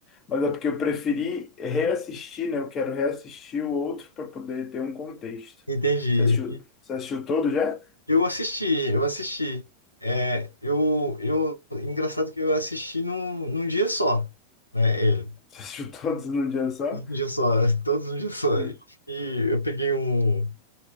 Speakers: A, on the left (about 30°); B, on the left (about 85°).
A: Mas é porque eu preferi reassistir, né? Eu quero reassistir o outro para poder ter um contexto.
B: entendi.
A: Você assistiu, você assistiu todo já? <laughs>
B: Eu assisti, eu assisti. É, eu, eu, engraçado que eu assisti num, num dia só, né? Ele.
A: Você assistiu todos num dia só?
B: Todos um dia só, <laughs> todos um dia só.
A: Hum.
B: E eu peguei um.